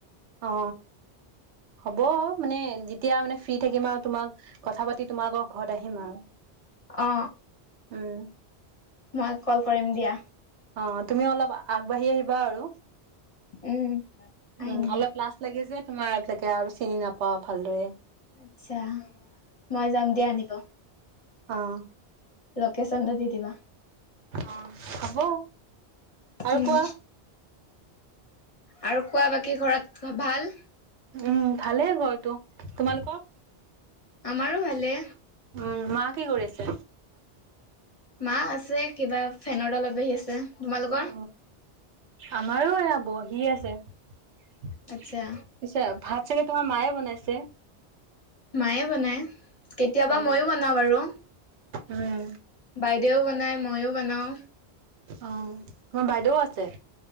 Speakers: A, on the right (about 85°); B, on the left (about 40°).
A: অ। হ'ব, মানে যেতিয়া মানে ফ্ৰী থাকিম আৰু তোমাক কথা পাতি, তোমালোকৰ ঘৰত আহিম আৰু।
B: অ,
A: উম
B: মই কল কৰিম দিয়া।
A: অ তুমি অলপ আগবাঢ়ি আহিবা আৰু।
B: উম আহিম
A: উম
B: দিয়া
A: অলপ লাজ লাগিছে। তোমাৰ এইবিলাকে আৰু চিনি নাপাও ভালদৰে।
B: আচ্ছা মই যাম দিয়া আনিব।
A: অঁ।
B: লকেশচনটো দি দিবা।
A: অ হব আৰু
B: উম
A: কোৱা।
B: আৰু কোৱা বাকী ঘৰত ভাল।
A: উম ভালেই ঘৰটো তোমালোকৰ।
B: আমাৰো ভালে।
A: উম মা কি কৰি আছে।
B: মা আছে কিবা ফেনৰ তলত বহি আছে তোমালোকৰ।
A: অ আমাৰো এয়া বহি আছে পিছে
B: আচ্ছা
A: ভাত চাগে। তোমাৰ মায়ে বনাইছে।
B: মায়ে বনায় কেতিয়াবা
A: অ
B: মইয়ো বনাওঁ বাৰু
A: উম
B: বাইদেও বনাই মইও বনাও।
A: অ তোমাৰ বাইদেউ আছে।